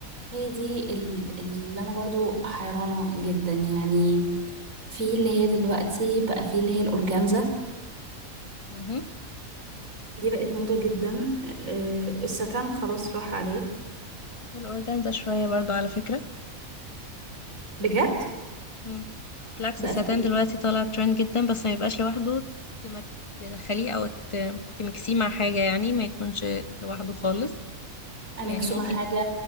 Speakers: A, on the right; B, on the left.
A: هي دي ال- اللي انا برضو حيرانه جدا يعني في اللي هي دلوقتي بقى في اللي هي الأورجانزا
B: مهم.
A: دي بقت موضة جدا آه، الستان خلاص راح عليه
B: والاورجانزا شويه برضو على فكره
A: بجد
B: مم. بالعكس
A: بقى
B: الستان
A: في ايه
B: دلوقتي طالع ترند جدا بس ما يبقاش لوحده تم- تدخليه او ت- تمكسيه مع حاجه يعني ما يكونش لوحده خالص
A: أميكسو
B: يعني ممكن
A: مع حاجة